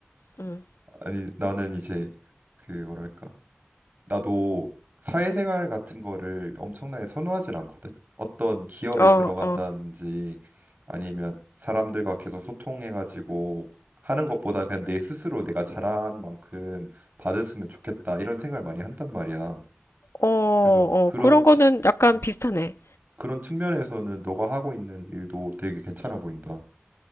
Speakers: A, on the left (about 85°); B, on the right (about 45°).
A: 음.
B: 아니, 나는 이제 그 뭐랄까? 나도 사회생활 같은 거를 엄청나게 선호하진 않거든. 어떤 기업에
A: 어,
B: 들어간다든지
A: 어,
B: 아니면 사람들과 계속 소통해가지고 하는 것보다 그냥 내 스스로 내가 잘한 만큼 받았으면 좋겠다 이런 생각을 많이 한단 말이야.
A: 어, 어.
B: 그래서 그런
A: 그런 거는
B: 측-
A: 약간
B: 음,
A: 비슷하네.
B: 그런 측면에서는 너가 하고 있는 일도 되게 괜찮아 보인다.